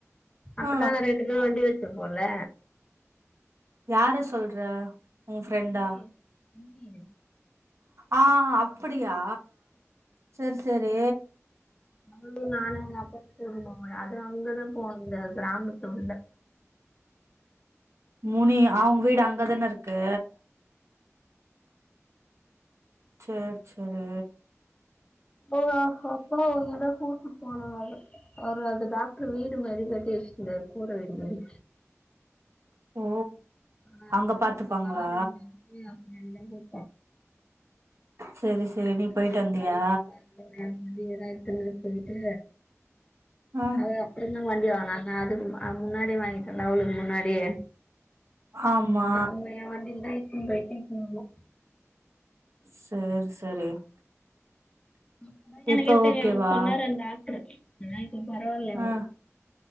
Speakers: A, on the left; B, on the right.
A: அப்பதா
B: ஆ
A: நா ரெண்டு பேரு வண்டி வெச்சிருப்போல்ல
B: யார சொல்ற ஒ
A: முனி
B: ஃப்ரெண்டா
A: முனி முனி
B: ஆ அப்பிடியா சேரி சேரி
A: அவளும் நானும் அப்பாப போனோமே அதுவு அங்கதா போ முடியாது கிராமத்து உள்ள
B: முனி அவங்க வீடு அங்கதானே இருக்கு சரி சரி
A: போன்னா அப்பா ஒரு தடவ கூட்டு போனார் அவர் அது டாக்டர் வீடு மாதிரி கட்டி வச்சுத்தார் கூர வீடு மாரி
B: ஓ
A: ஆ
B: அங்க
A: <inaudible>
B: பாத்துப்பாங்களா
A: கலைல இருந்து
B: சரி சரி போயிட்டு
A: நா <inaudible>
B: வந்தியா
A: இருக்கே ம ஏதாவ எடுத்துன்ன போயிட்டு
B: ஆ
A: அதா இனும் வண்டி வாங்கு நாங்க அதுக்கு முன்னாடிே வாங்கிட்டோலா அவளுக்கு முன்னாடியே
B: ஆமா
A: அவங்க எ வண்டில தா எடுத்துட்டு போய்ட்டு இப்ப
B: சரி சரி
A: அப்ப தா எனக்கே
B: இப்ப
A: தெரியும்
B: ஓகேவா
A: சொன்னார அந்த டாக்ட்ரு நா பரவலையா அவரு
B: ஆ